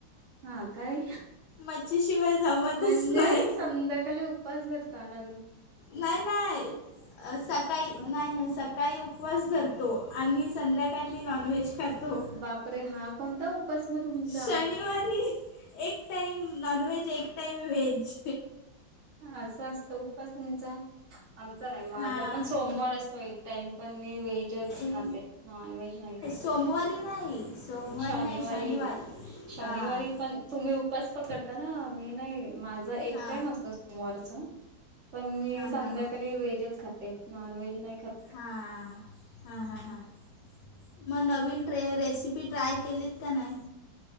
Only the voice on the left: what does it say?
मच्छीशिवाय जमतच
नाही
नाय नाय अ सकाळी
नाय नाय सक सकाळी उपवास धरतो आणि संध्याकाळी नॉनव्हेज खातो.
शनिवारी एक टाईम नॉनव्हेज एक टाईम व्हेज.
हां
ए-
सोमवारी नाही. सोमवार
नाही शनिवार
हां
हां
हां हां
हां
हां हां हां हां. मग नवीन रे रेसिपी ट्राय केलीत का नाही?